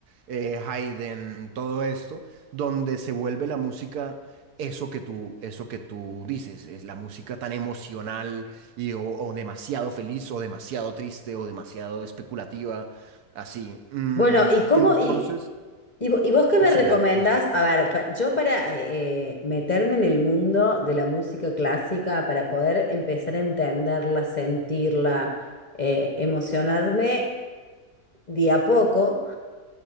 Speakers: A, on the right; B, on the left.
A: eh, Haydn, todo esto, donde se vuelve la música eso que tú, eso que tú dices, es la música tan emocional y o, o demasiado feliz o demasiado triste o demasiado especulativa, así. Mm,
B: Bueno, ¿y cómo?
A: entonces,
B: ¿Y, y, vo- y vos qué me
A: sí,
B: recomendás?
A: dale, disculpa.
B: A ver, pa- yo para eh, meterme en el mundo de la música clásica, para poder empezar a entenderla, sentirla, eh, emocionarme. de a poco,